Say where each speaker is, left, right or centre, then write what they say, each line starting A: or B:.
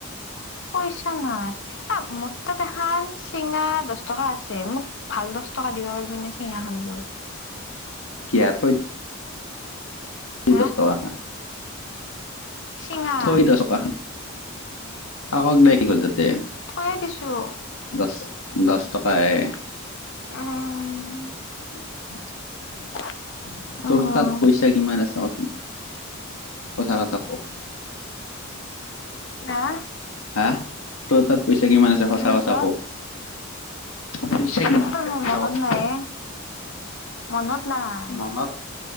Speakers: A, on the left; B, on the left.
A: পইছা নহয় এ ম্ত দেহান চিঙা দ টকা আছে মোক ভাল দহ টকা দিব পাৰিবি নে চিঙা খান লৈ।
B: কি যায়।
A: হা
B: দহ আহ। <unintelligible>
A: চিঙা থৈয়ে দিছোঁ।
B: দহ, দহ টকাই।
A: অ'।
B: <unintelligible>
A: <inaudible>
B: তোৰ
A: উম
B: পইচা কিমান আছে কচোন সঁচা কথা ক।
A: হা
B: হা, তোৰ তাত পইচা কিমান আছে সঁচা
A: কি কৈছ
B: কথা ক। পইচা কিমান
A: মোৰ <unintelligible>
B: আছে সঁচা
A: মনত
B: কথা
A: নাই
B: ক
A: এ মনত নাই।
B: মনত